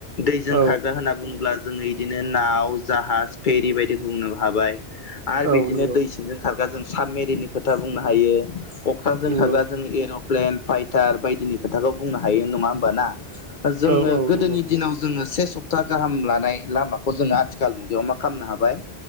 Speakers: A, on the left (about 50°); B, on the right (about 55°).
A: दैजों
B: औ
A: खारगा होनना बुङोब्ला जोङो इदिनो नाव जाहाज फेरि बायदि बुंनो हाबाय आरो
B: औ
A: बिदिनो
B: नंगौ
A: दै जों खारगा जों साबमेरिनि खोथा बुंनो हायो अख्रांजों
B: नंगौ
A: खारगा जों एरप्लेन फाइटार बायदिनि खोथाखौ बुंनो हायो नङा होमब ना जोङो
B: औ औ
A: गोदोनि
B: नंगौ
A: दिनाव जोङो से सप्ता गाहाम लानाय लामाखौ जोङो आथिखाल मुगायाव मा खालामनो हाबाय